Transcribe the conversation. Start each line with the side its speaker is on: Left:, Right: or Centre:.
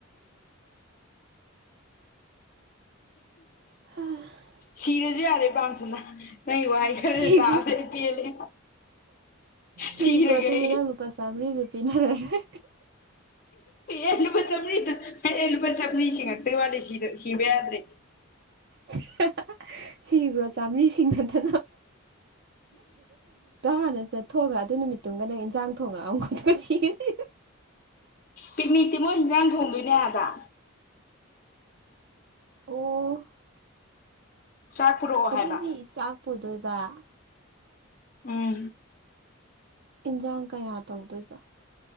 Right: <unintelligible>
Left: ꯁꯤꯔꯁꯨ ꯌꯥꯔꯦ ꯄꯥꯝꯁꯤꯅ ꯅꯪ ꯋꯥꯏ ꯈꯔꯁꯦ
Right: ꯁꯤꯈ꯭ꯔꯣ
Left: ꯇꯥꯗ ꯄꯦꯂꯦ
Right: ꯁꯤꯈ꯭ꯔꯣ
Left: ꯑꯩ ꯁꯤꯔꯒꯦ
Right: ꯑꯗꯨꯗꯤ ꯅꯪ ꯂꯨꯄꯥ ꯆꯥꯝꯃꯔꯤꯁꯨ ꯄꯤꯅꯔꯔꯣꯏ
Left: ꯑꯦ ꯂꯨꯄꯥ ꯆꯥꯝꯔꯤꯗꯣ ꯑꯦ ꯂꯨꯄꯥ ꯆꯥꯝꯔꯤ ꯁꯦꯝꯉꯛꯇꯒꯤ ꯋꯥꯂꯦ ꯁꯤꯗ ꯁꯤꯕ ꯌꯥꯗ꯭ꯔꯦ
Right: <unintelligible> ꯁꯤꯈ꯭ꯔꯣ ꯆꯥꯝꯔꯤꯁꯤꯡꯒ꯭ꯔ <unintelligible> <unintelligible> ꯇꯣ ꯍꯥꯟꯅ ꯆꯠꯊꯣꯛꯑꯒ ꯑꯗꯨ ꯅꯨꯃꯤꯠꯇꯨꯡꯒ ꯅꯪ ꯏꯟꯖꯥꯡ ꯊꯣꯡꯉꯛꯑꯝꯒꯣ ꯑꯗꯨꯒ ꯁꯤꯁ
Left: ꯄꯤꯛꯅꯤꯛꯇꯤ ꯃꯣꯏ ꯍꯟꯖꯥꯡ ꯊꯣꯡꯕꯤꯅꯦ ꯑꯗ
Right: ꯑꯣ
Left: ꯆꯥꯛ ꯄꯨꯔꯛꯑꯣ
Right: ꯑꯗꯨꯗꯤ
Left: ꯍꯥꯏꯕ
Right: ꯆꯥꯛꯄꯣꯗꯣꯏꯕ <unintelligible>
Left: ꯑꯣ
Right: ꯏꯟꯁꯥꯡ ꯀꯌꯥ ꯇꯧꯗꯣꯏꯕ